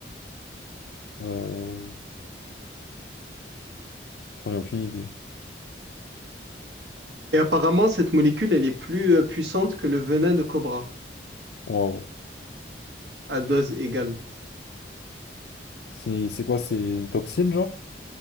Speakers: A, on the left; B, on the right.
A: Euh, J'en ai aucune idée.
B: Et apparemment, cette molécule, elle est plus euh, puissante que le venin de cobra,
A: Waouh.
B: à dose égale.
A: C'est c'est quoi? C'est une toxine, genre?